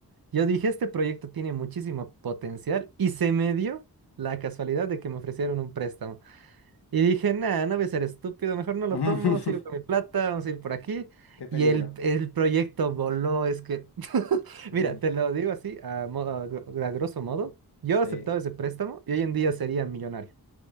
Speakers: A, on the right; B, on the left.
A: yo dije, este proyecto tiene muchísimo potencial, y se me dio la casualidad de que me ofrecieron un préstamo. Y dije, nada, no voy a ser estúpido, mejor no lo
B: <laughs>
A: tomo, sigo con mi plata, vamos a ir por aquí.
B: qué peligro.
A: Y el, el proyecto voló, es que, <laughs>
B: Mm,
A: mira, te lo digo así, a, mo- a gr- a grosso modo, yo
B: sí.
A: aceptaba ese préstamo y hoy en día sería millonario,